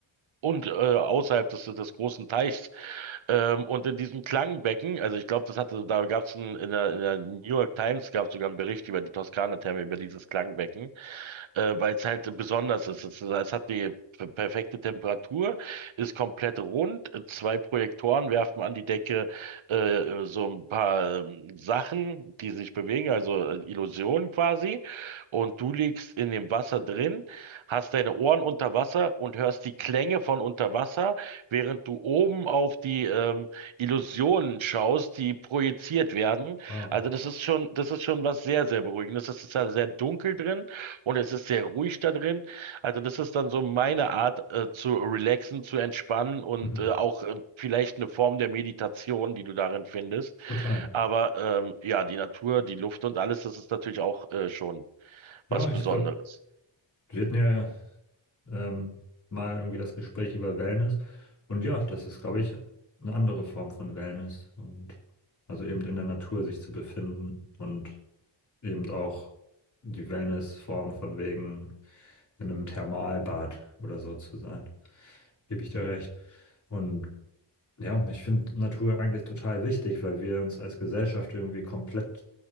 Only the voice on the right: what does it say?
und äh, außerhalb des, des großen Teichs. Ähm, und in diesem Klangbecken, also ich glaube, das hatte, da gab es in der, in der New York Times gab es sogar einen Bericht über die Toskana-Therme, über dieses Klangbecken äh, weil es halt besonders ist. Es, es hat die p- perfekte Temperatur, ist komplett rund. äh, Zwei Projektoren werfen an die Decke äh, so ein paar ähm, Sachen, die sich bewegen, also äh, Illusionen quasi. Und du liegst in dem Wasser drin, hast deine Ohren unter Wasser und hörst die Klänge von unter Wasser, während du oben auf die ähm, Illusionen schaust, die projiziert werden.
Also das ist schon, das ist schon was sehr, sehr Beruhigendes. Es ist ja sehr dunkel drin. Und es ist sehr ruhig da drin. Also das ist dann so meine Art, äh, zu relaxen, zu entspannen und
äh, auch äh, vielleicht eine Form der Meditation, die du darin findest.
Aber ähm, ja, die Natur, die Luft und alles, das ist natürlich auch äh, schon
was Besonderes.